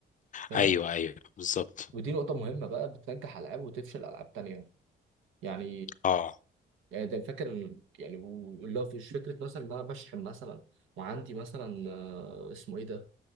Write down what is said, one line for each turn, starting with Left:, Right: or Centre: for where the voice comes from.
Right: فاهم.
Left: ايوه ايوه بالظبط
Right: ودي نقطة مهمة بقى بتنجح ألعاب وتفشل ألعاب تانية يعني
Left: اه
Right: يعني ده فاكر إن- يعني و- اللي هو مش فكرة مثلا إن أنا بشحن مثلا وعندي مثلا آه، اسمه إيه ده